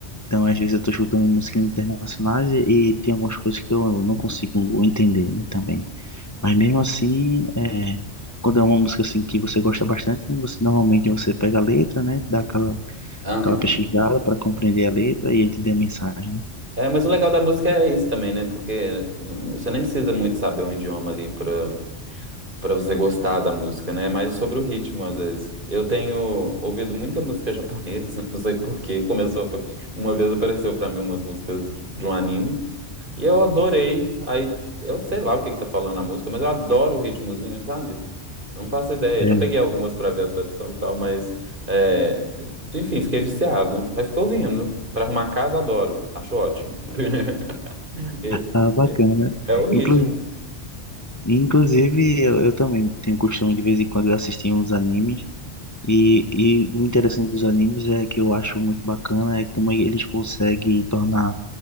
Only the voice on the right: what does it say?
aham.
É, mas o legal da música é isso também, né? Porque n- n- você nem precisa muito saber um idioma ali pra para você gostar da música, né? É Mais sobre o ritmo, às vezes. Eu tenho ouvido muita música japonesa, <laughs> não sei por quê. Começou a- uma vez apareceu para mim umas músicas de um anime e eu adorei. Aí eu sei lá o que que tá falando a música, mas eu adoro o ritmozinho, sabe? Eu não faço ideia.
Já peguei algumas para ver a tradução e tal, mas é, enfim, fiquei viciado. Aí fico ouvindo. Para arrumar casa, adoro. Acho ótimo. <laughs> É,
é- é o ritmo